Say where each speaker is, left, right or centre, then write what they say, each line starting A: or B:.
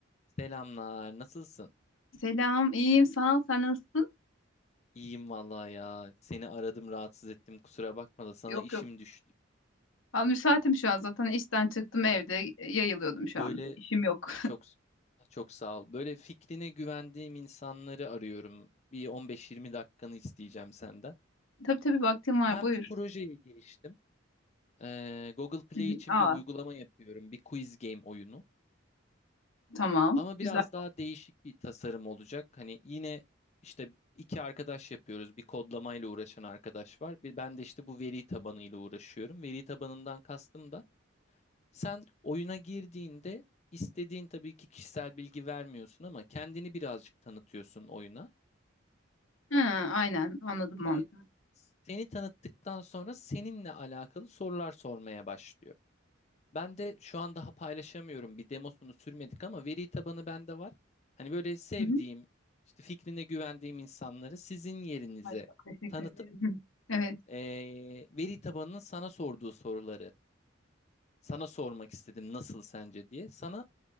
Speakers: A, on the left (about 35°); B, on the left (about 85°).
A: Selamlar, nasılsın?
B: Selam, iyiyim, sağ ol. Sen nasılsın?
A: İyiyim vallahi ya. Seni aradım, rahatsız ettim. Kusura bakma da sana
B: Yok
A: işim
B: yok.
A: düştü.
B: Ben müsaitim şu an zaten işten çıktım evde
A: Ya
B: e, yayılıyordum
A: böyle
B: şu an. İşim yok.
A: çok çok sağ ol. Böyle fikrine güvendiğim insanları arıyorum. Bir 15-20 dakikanı isteyeceğim senden.
B: <laughs> Tabii tabii vaktim var
A: Ben
B: buyur.
A: bir projeye giriştim. Ee, Google Play
B: Hı hı.
A: için
B: Aa
A: bir uygulama yapıyorum. Bir quiz game oyunu.
B: tamam
A: Ama
B: güzel.
A: biraz daha değişik bir tasarım olacak. Hani yine işte iki arkadaş yapıyoruz. Bir kodlamayla uğraşan arkadaş var. Bir ben de işte bu veri tabanıyla uğraşıyorum. Veri tabanından kastım da sen oyuna girdiğinde istediğin tabii ki kişisel bilgi vermiyorsun ama kendini birazcık tanıtıyorsun oyuna
B: Ha, aynen anladım
A: ve
B: mantığı.
A: seni tanıttıktan sonra seninle alakalı sorular sormaya başlıyor. Ben de şu an daha paylaşamıyorum. Bir demosunu sürmedik ama veri tabanı bende var. Hani böyle sevdiğim,
B: Hı hı.
A: işte fikrine güvendiğim insanları sizin yerinize
B: Ay çok teşekkür
A: tanıtıp
B: ederim. <laughs> Evet
A: eee, veri tabanının sana sorduğu soruları sana sormak istedim nasıl sence diye. Sana